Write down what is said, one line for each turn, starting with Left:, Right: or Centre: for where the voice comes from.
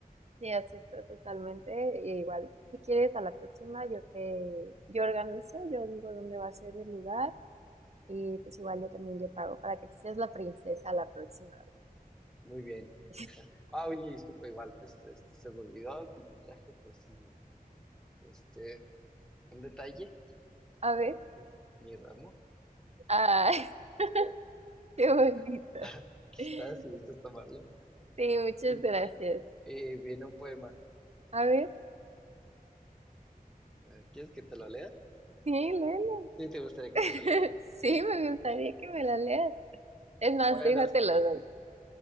Right: sí, acepto totalmente. e igual, si quieres, a la próxima yo te, yo organizo, yo digo dónde va a ser el lugar y pues igual yo también yo pago para que tú seas la princesa la próxima vez.
Centre: Muy bien.
Right: <laughs>
Centre: Ah, oye, disculpa, igual, pues este, se me olvidó, aquí te traje, pues, un- este, un detalle,
Right: A ver,
Centre: mi, mi ramo.
Right: ay, <laughs> qué bonito.
Centre: <laughs> Aquí
Right: Sí,
Centre: está, si gustas tomarlo.
Right: muchas
Centre: Y,
Right: gracias.
Centre: y viene un poema.
Right: A ver,
Centre: Eh, ¿Quieres que te lo lea?
Right: sí, léelo.
Centre: Sí, ¿te gustaría que
Right: <laughs>
Centre: te lo lea?
Right: Sí, me gustaría que me la leas. Es más,
Centre: Bueno,
Right: déjate
Centre: es-
Right: lo doy.